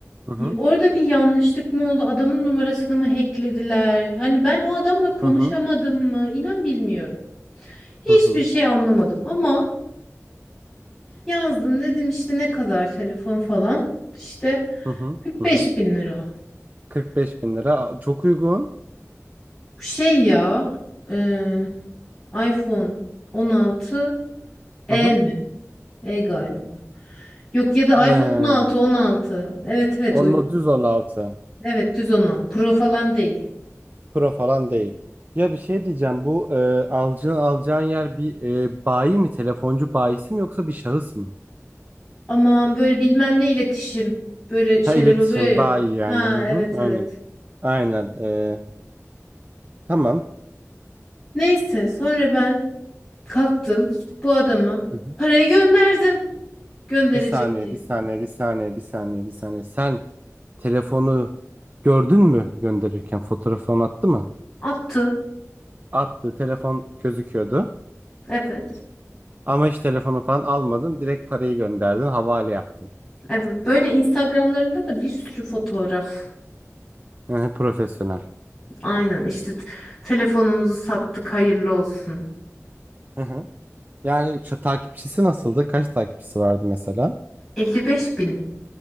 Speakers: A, on the right (about 35°); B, in the centre.
A: Hı hı.
B: orada bir yanlışlık mı oldu? Adamın numarasını mı hacklediler? Hani ben o adamla konuşamadım
A: Hı hı.
B: mı? İnan bilmiyorum. Hiçbir
A: Hı hı.
B: şey anlamadım ama yazdım dedim işte ne kadar telefon falan. İşte
A: Hı hı.
B: 45
A: Hı hı.
B: bin lira.
A: 45 bin lira Aa, çok uygun.
B: Şey ya e, iPhone 16 E
A: Hı hı.
B: mi? E galiba. Yok ya da
A: Ee,
B: iPhone 16 16. Evet evet
A: onunla
B: uygun.
A: düz 16.
B: Evet düz 16. Pro falan değil.
A: Pro falan değil. Ya bir şey diyeceğim. Bu e, alacağın, alacağın yer bir e, bayi mi? Telefoncu bayisi mi yoksa bir şahıs mı?
B: Aman böyle bilmem ne iletişim. Böyle şeyler
A: Ha iletişim
B: oluyor ya.
A: bayi yani.
B: Ha
A: Hı
B: evet
A: hı,
B: evet.
A: aynen. Aynen. E, tamam.
B: Neyse sonra ben kalktım bu adama
A: Hı hı.
B: parayı gönderdim. Gönderecek
A: Bir saniye,
B: diye.
A: bir saniye, bir saniye, bir saniye, bir saniye. Sen telefonu gördün mü gönderirken? Fotoğrafını attı mı?
B: Attı.
A: Attı. Telefon gözüküyordu.
B: Evet
A: Ama hiç telefonu falan almadın. Direkt parayı gönderdin. Havale yaptın.
B: evet. Böyle Instagramlarında da bir sürü fotoğraf.
A: Hı hı, profesyonel.
B: Aynen işte t- telefonumuzu sattık hayırlı olsun.
A: <laughs> Yani ç- takipçisi nasıldı? Kaç takipçisi vardı mesela?
B: 55 bin